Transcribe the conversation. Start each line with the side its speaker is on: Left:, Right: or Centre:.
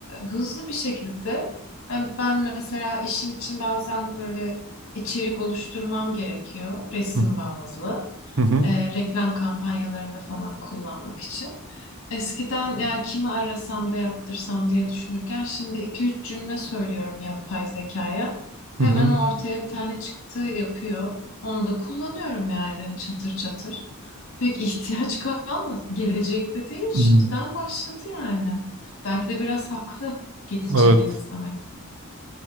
Left: hızlı bir şekilde. Yani ben mesela işim için bazen böyle içerik oluşturmam gerekiyor, resim
Right: hı
Left: bazlı
Right: hı
Left: e, reklam kampanyalarında falan kullanmak için. Eskiden ya kimi arasam da yaptırsam diye düşünürken şimdi iki üç cümle söylüyorum yapay zekaya. Hemen
Right: hı
Left: ortaya bir tane çıktı yapıyor. Onu da kullanıyorum yani çatır çatır. Pek ihtiyaç kalmadı. Gelecekte değil, şimdiden
Right: hı.
Left: başladı yani. Belki de biraz haklı gidici
Right: Evet.
Left: miyiz demek.